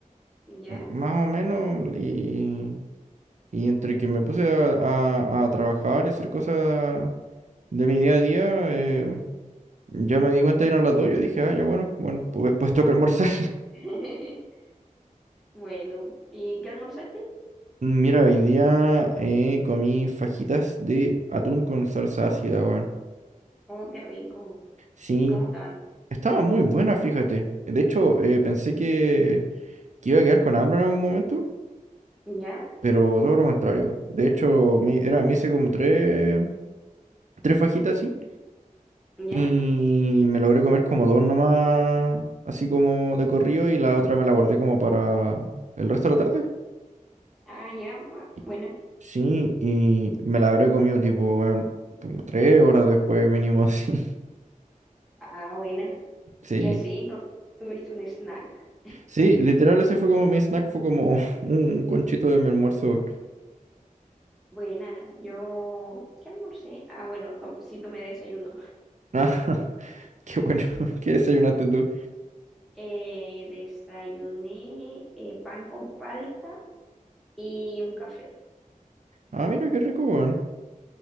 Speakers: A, in the centre; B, on the right.
A: ¿Ya?
B: eh, más o menos, y... Y entre que me puse a, a- a trabajar y hacer cosas de mi día a día, eh, ya me di cuenta eran las dos. Yo dije, ah, ya bueno, bueno, pues después toca almorzar.
A: <laughs> Bueno, ¿y qué almorzaste?
B: <laughs> Mira, hoy día eh, comí fajitas de atún con salsa ácida, weón.
A: Oh, qué rico.
B: Sí,
A: ¿Y cómo estaban?
B: estaba muy buena, fíjate. De hecho, eh, pensé que, que iba a quedar con hambre en algún momento,
A: ¿Ya?
B: pero todo lo contrario. De hecho, me, era, me hice como tres, tres fajitas así.
A: ¿Ya?
B: Y me logré comer como dos nomás, así como de corrido, y la otra me la guardé como para el resto de la tarde.
A: Ah, ya, bu-
B: Y-
A: buena.
B: Sí, y me la habré comido tipo, bueno, como tres horas después mínimo así. <laughs>
A: Ah, buena.
B: Sí.
A: Y así no tuviste un snack.
B: Sí, literal ese fue como mi snack, fue como <laughs> un conchito de mi almuerzo. <laughs>
A: Buena, yo, ¿qué almorcé? Ah, bueno, to- sí tomé desayuno.
B: Ah, qué bueno, <laughs> ¿qué desayunaste tú?
A: Eh, desayuné eh, pan con palta y un café.
B: Ah, mira, qué rico, weón.